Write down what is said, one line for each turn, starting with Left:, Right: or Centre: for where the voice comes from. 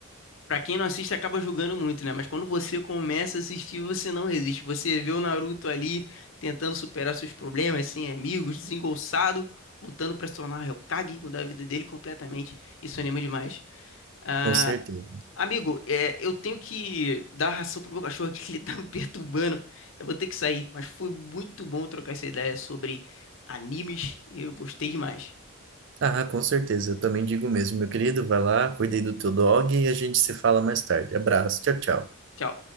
Left: Pra quem não assiste, acaba julgando muito, né? Mas quando você começa a assistir, você não resiste. Você vê o Naruto ali tentando superar seus problemas, sem amigos, desengolçado, lutando pra se tornar o Hokage, mudar a vida dele completamente. Isso anima demais. Ah,
Right: Com certeza.
Left: amigo, é, eu tenho que dar ração pro meu cachorro aqui, que ele tá me perturbando. Eu vou ter que sair, mas foi muito bom trocar essa ideia sobre animes eu gostei demais.
Right: Ah, com certeza. Eu também digo mesmo, meu querido. Vai lá, cuida aí do teu dog e a gente se fala mais tarde. Abraço. Tchau, tchau.
Left: Tchau.